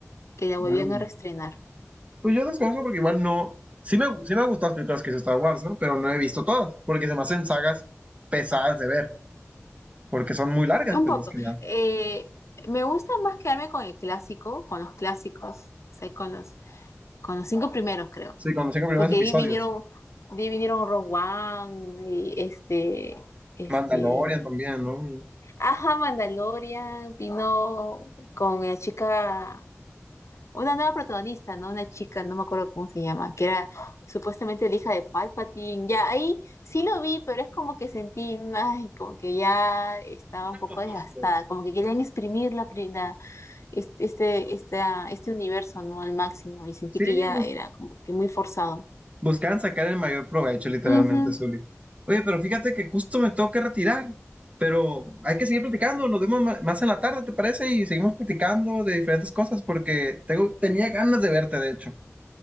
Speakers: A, on the left; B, on the right.
A: que la volvían
B: Mm.
A: a reestrenar.
B: Pues yo desconozco porque igual no. Sí me, sí me gustan las películas que hizo Star Wars, ¿no? Pero no he visto todas, porque se me hacen sagas pesadas de ver, porque son muy largas,
A: Un
B: pues
A: poco.
B: más que nada.
A: Eh, me gusta más quedarme con el clásico, con los clásicos, o sea, con los, con los cinco primeros, creo.
B: Sí, con los cinco primeros
A: Porque
B: episodios.
A: ahí vinieron, de ahí vinieron Rogue One, y este, este,
B: Mandalorian también, ¿no? Y-
A: ajá, Mandalorian, vino con la chica una nueva protagonista, ¿no? Una chica, no me acuerdo cómo se llama, que era supuestamente la hija de Palpatine. Ya ahí sí lo vi, pero es como que sentí, ay, como que ya estaba
B: Era
A: un poco
B: lo mismo.
A: desgastada, como que querían exprimir la, pri- la- es- este, esta- este universo, ¿no? Al máximo, y sentí
B: Sí,
A: que ya
B: pues
A: era como que muy forzado.
B: Buscaban sacar el mayor provecho, literalmente,
A: Ujú.
B: Zuli. Oye, pero fíjate que justo me tengo que retirar, pero hay que seguir platicando. Nos vemos ma- más en la tarde, ¿te parece? Y seguimos platicando de diferentes cosas porque tengo, tenía ganas de verte, de hecho.